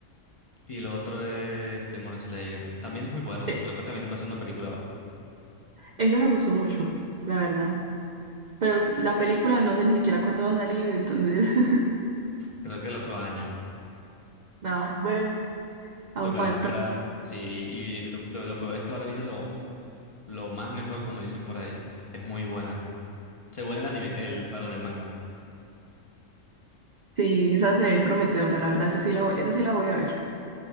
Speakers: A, on the left; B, on the right.
A: Y lo otro es Demon Slayer. También es muy bueno.
B: Eh,
A: Creo que también va a ser una película ahora.
B: Ese me gustó mucho, la verdad. Pero s- la película no sé ni siquiera cuándo va a salir, entonces, <laughs>
A: Creo que el otro año.
B: nada, bueno, aún
A: Tocará
B: falta.
A: esperar, sí, y lo, lo- lo peor es que ahora viene lo, lo más mejor, como dicen por ahí. Es muy buena. Según el anime, el, perdón, el manga.
B: Sí, esa se ve prometedora, la verdad, esa sí la voy, esa sí la voy a ver.